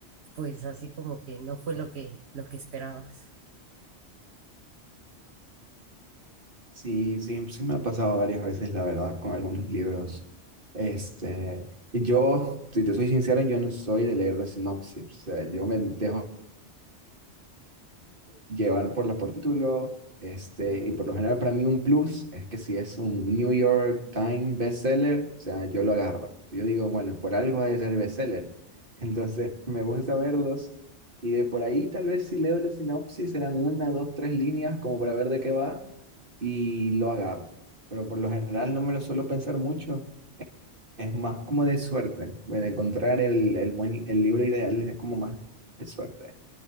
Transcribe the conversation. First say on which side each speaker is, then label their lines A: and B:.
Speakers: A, on the right; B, on the right.
A: pues así como que no fue lo que, lo que esperabas.
B: sí, sí, sí me ha pasado varias veces, la verdad, con algunos libros. Este, y yo, si te soy sincero, yo no soy de leer de sinopsis. O sea, yo me dejo llevar por la por título, este, y por lo general para mí un plus es que si es un New York Times bestseller, o sea, yo lo agarro. Yo digo, bueno, por algo ha de ser bestseller. <laughs> Entonces, me gusta verlos y de por ahí tal vez si leo la sinopsis serán una, dos, tres líneas como para ver de qué va y lo agarro. Pero por lo general no me lo suelo pensar mucho. Es más como de suerte, de encontrar el, el, buen, el libro ideal es como más de suerte.